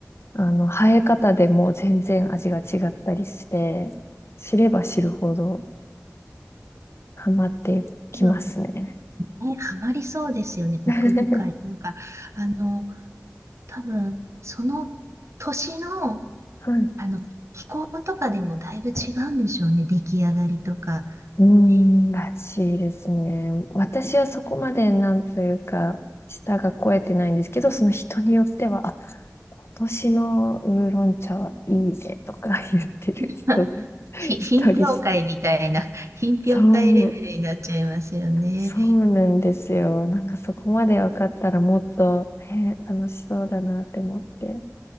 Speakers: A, on the left; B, on the right.
A: あの、生え方でもう全然味が違ったりして、知れば知るほどハマってきますね。
B: うんね、ハマりそうですよね、奥深い。
A: <laughs>
B: なんか、あの、多分その年の、
A: はい。
B: あの気候とかでもだいぶ違うんでしょうね、出来上がりとか。
A: うーん、
B: ね、
A: らしいですね。私はそこまでなんというか、舌が肥えてないんですけど、その人によっては、今年のウーロン茶はいいねとか言ってる人が
B: <laughs>
A: <laughs>
B: ひ品評会みたいな、
A: いたりして、
B: <laughs> 品評会レベルになっちゃいますよね。
A: そう、そうなんですよ。なんかそこまで分かったらもっと、ね、楽しそうだなって思って。